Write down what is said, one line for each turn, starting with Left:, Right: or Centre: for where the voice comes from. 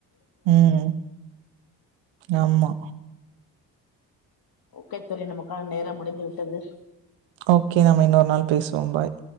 Right: ம் ஆமா
Left: ஓகே தோழி நமக்கான நேரம் முடிந்து விட்டது
Right: ஓகே நம்ம இன்னொரு நாள் பேசுவோம் பாய்